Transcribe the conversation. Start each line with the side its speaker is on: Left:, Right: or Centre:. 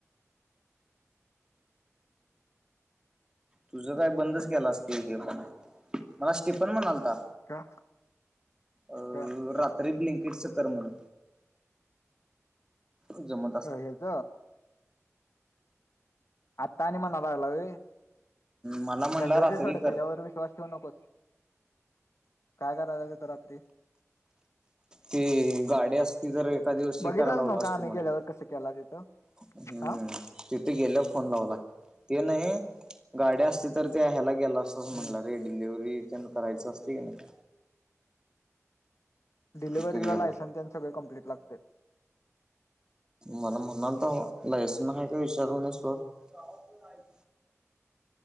Right: तुझं काय बंदच केलं असतील हे पण मला स्टीफन म्हणालता
Left: का
Right: अ
Left: का
Right: रात्री ब्लिंकेटच कर म्हण जमन
Left: अ हेज आता आणि म्हणाला लागलाय होय
Right: मला म्हणला
Left: गंडवतय
Right: रात्री
Left: सोड
Right: कर
Left: तेज्यावर विश्वास ठेऊ नकोस काय करायला जायचं होतं रात्री
Right: ते गाडी असती तर एका दिवस
Left: बघितलाच
Right: हे कराय लावलो
Left: नव्ह
Right: असतो
Left: का आम्ही
Right: मला
Left: गेल्यावर कसं केला तिथं
Right: हम्म
Left: हा
Right: तिथे गेल्या फोन लावला ते नाही गाडी असते तर ते ह्यायला गेलं अस तोच म्हटला
Left: हम्म
Right: रे डिलेव्हरी ते न करायचं असते की नाही
Left: डिलेव्हरी
Right: तिथे गेला
Left: लायसन त्यांच ले कंप्लीट लागतंय
Right: मला म्हणाल तर लासन आहे का विचारला नाही शवरट गावाात